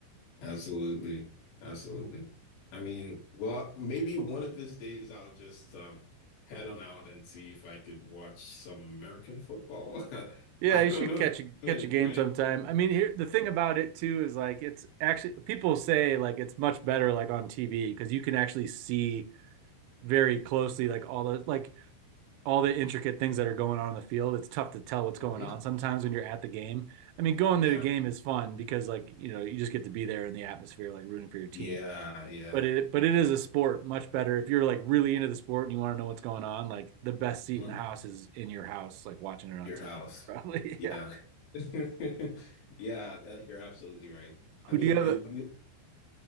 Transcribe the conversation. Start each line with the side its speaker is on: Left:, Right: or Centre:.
Left: Absolutely. Absolutely. I mean, well, maybe one of these days I'll just um head on out and see if I could watch some American football. <laughs>
Right: Yeah,
Left: I
Right: you
Left: don't
Right: should
Left: know
Right: catch
Left: if
Right: a
Left: I'm
Right: catch
Left: gonna enjoy
Right: a game sometime.
Left: it.
Right: I mean, here the
Left: Yeah.
Right: thing about it too is like it's actually people say like it's much better like on TV because you can actually see very closely like all the like all the intricate things that are going on in the field. It's tough to tell what's going
Left: Mhm.
Right: on sometimes when you're at the game. I mean, going
Left: Yeah.
Right: to the game is fun because like, you know, you just get to be there in the atmosphere like rooting for your team.
Left: Yeah, yeah.
Right: But it but it is a sport much better if you're like really into the sport and you want to know what's going on, like the best seat
Left: Mhm.
Right: in the house is in your house like watching it on
Left: Your
Right: TV.
Left: house.
Right: Probably,
Left: Yeah.
Right: <laughs> yeah.
Left: <laughs> Yeah, that, you're absolutely right. I
Right: Who
Left: mean,
Right: do you have?
Left: it,